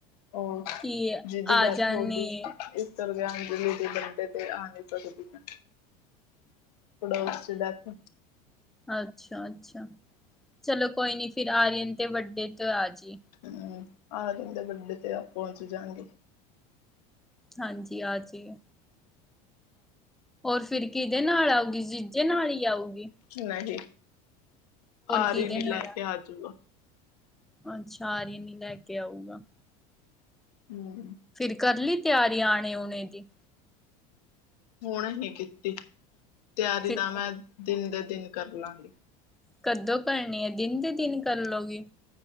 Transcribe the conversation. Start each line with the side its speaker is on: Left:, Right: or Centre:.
Left: ਹੋਰ
Centre: ਕਿ
Left: ਜੀਦੀ ਦੀ
Centre: ਆਜਾਨ
Left: ਡੈਥ ਹੋ
Centre: ਨੇ
Left: ਗਈ, ਇਸ ਕਰਕੇ ਆ <unintelligible> ਬੱਡੇ ਤੇ ਆ ਨ੍ਹੀਂ ਸਕਦੀ ਮੈਂ, ਪੜੋਸੀ ਡੈਥ
Centre: ਅੱਛਾ-ਅੱਛਾ। ਚਲੋ ਕੋਈ ਨੀ ਫਿਰ ਆ ਆਰੀਅਨ ਤੇ ਵੱਰਡੇ ਤੇ ਆਜੀ।
Left: ਹਂ, ਆਰਅਨ ਦੇ ਵੱਰਡੇ ਤੇ ਪਹੁੰਚ ਜਾਂਗੀ।
Centre: ਹਾਂਜੀ ਆਜੀ। ਹੋਰ ਫਿਰ ਕਿਹਦੇ ਨਾਲ ਆਊਗੀ, ਜੀਜੇ ਨਾਲ ਈ ਆਉਗੀ।
Left: ਨਹੀਂ ਆਰਈਨ
Centre: ਕਿਹਦੇ
Left: ਈ
Centre: ਨਾਲ
Left: ਲੈ
Centre: ਆ
Left: ਕੇ ਆਜੂਗਾ।
Centre: ਅੱਛਾ ਆਰੀਨ ਈ ਲੈ ਕੇ ਆਊਗਾ।
Left: ਹਂ।
Centre: ਫਿਰ ਕਰ ਲਈ ਤਿਆਰੀ ਆਣੇ-ਊਣੇ ਦੀ।
Left: ਹੁਣੇ ਨੀ ਕੀਤੀ ਤਿਆਰੀ
Centre: ਫਿਰ
Left: ਤਾਂ ਮੈਂ ਦਿਨ ਦੇ ਦਿਨ ਕਰ ਲਾਂਗੀ।
Centre: ਕਦੋਂ ਕਰਨੀ ਐ? ਦਿਨ ਦੇ ਦਿਨ ਕਰ ਲਓਗੀ।